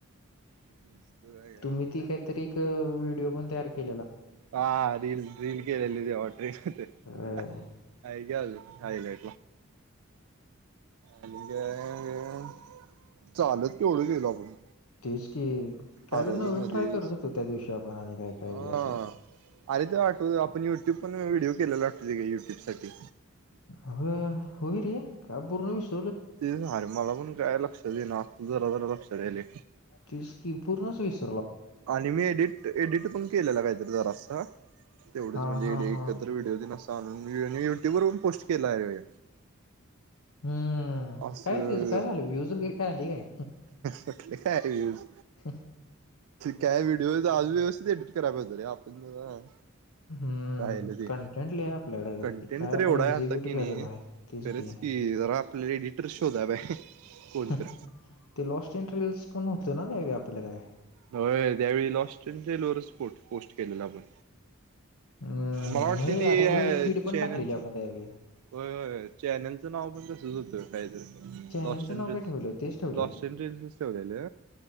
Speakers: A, on the right; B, on the left.
A: मस्त बॅग आहे
B: तुम्ही
A: हो
B: ती काहीतरी एक व्हिडिओ पण तयार केली.
A: हा रील रील केलेली तेेऑट रिलते
B: होय.
A: हाय गज खयलय आणि ग चालत केवढं गेलो आपण
B: तेच की
A: हरवलो
B: काय तर नवीन
A: मध्येच
B: ट्राय करत होतो त्या दिवशी आपण आणि काय काय
A: हा
B: असं
A: अरे त वाटव आपण युट्यूब पण व्हिडिओ केलेला वाटतो त युट्यूब साठी
B: अ होई रे का पूर्ण विष
A: ते अरे मला पण काय लक्ष देणा तू जरा जरा लक्ष द्यायल
B: तेच की पूर्णच विष
A: आणि मी एडिट एडिट पण केलेला काहीतरी जरा अस तेवढंच
B: हा
A: म्हणजे
B: हा हा
A: एकत्र व्हिडिओ तेन नसत अन मी युट्यूब वर पण पोस्ट केला आय रे
B: हम्म
A: असं
B: काय तचं काय झालं व्ह्यूज वगैरे काय आली काय
A: कुठले काय व्ह्यूज
B: ह
A: काय व्हिडिओ अज व्यवस्थित एडिट कराय पाहिजे रे आपण जरा
B: हम्म हम्
A: राहिलं ते
B: कंटेंट लि आपल्यालागर
A: कंटेंट
B: त काय
A: तर
B: आपण
A: एवढा
B: एक्झिक्युट
A: आहे आता की नाही
B: करत आह तीच
A: खरंच
B: की
A: जरा आपल्याला एडिटर शोधाय पाहिजे कोणतर
B: ते <unintelligible> पण हो ना नाही व्यापल्याले का
A: होय त्यावेळी लॉस्टन लोवरच फोटो पोस्ट केलेलो आपण
B: हम्म
A: मला वाटते
B: होय,
A: ती
B: अरे होय फीड पण
A: चेन्यानचां
B: टाकलेली आपण त्यावेळी
A: होय होय चॅनलचं नाव पण तसंच होतंनाकाहीतरी
B: चॅनेलचं
A: लॉस एंजेल्स
B: नाव काय ठेवलं तेच ठेवले
A: लॉस
B: काय?
A: एंजेल्स ठेवलेले